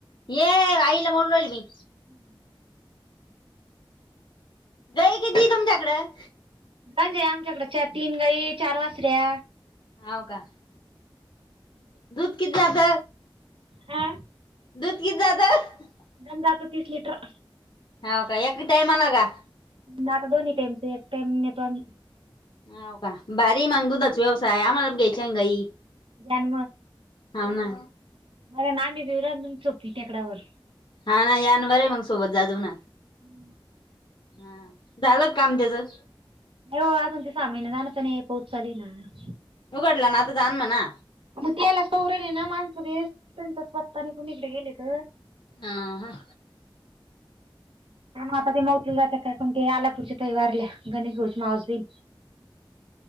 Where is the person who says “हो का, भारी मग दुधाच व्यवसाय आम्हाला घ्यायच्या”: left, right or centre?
Left